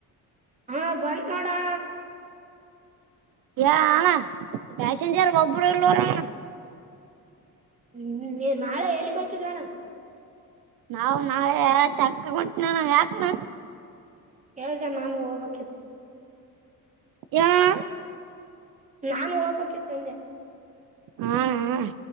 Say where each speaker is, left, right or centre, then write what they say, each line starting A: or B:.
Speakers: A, on the right; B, on the right.
A: ಹಾ ಬಂತ್ ನೋಡ್ ಅಣ.
B: ಏ ಅಣ ಪ್ಯಾಸೆಂಜರ್ ಒಬ್ಬರು ಇಲ್ವರಣ.
A: ಹ್ಮ್ ನೀ ನಾಳೆ ಎಲ್ಲಿಗ್ ಹೊಯ್ತಿದಿರ ಅಣ.
B: ಹಾ ನಾಳೆ ತಕ್ಕುಂಗುಂಟ್ನನ ಯಾಕ್ ಅಣ.
A: ಕೇಳ್ದೇ ನಾನು ಹೋಬೇಕ್ಕಿತ್ತು.
B: ಏನ್ ಅಣ
A: ನಾನು ಹೋಬೇಕಿತ್ ಅಂದೆ.
B: ಹಾ ಣ